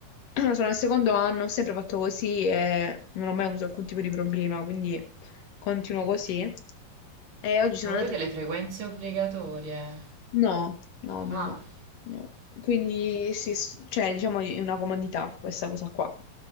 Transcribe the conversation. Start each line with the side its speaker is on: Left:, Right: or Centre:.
Left: <clears throat> sono al secondo anno, ho sempre fatto così e non ho mai avuto alcun tipo di problema, quindi continuo così. Eh, oggi sono
Right: ma avete
Left: andata a
Right: le frequenze obbligatorie?
Left: No, no, no,
Right: Ah,
Left: no, no. Quindi sì, s- cioè, diciamo è una comodità questa cosa qua.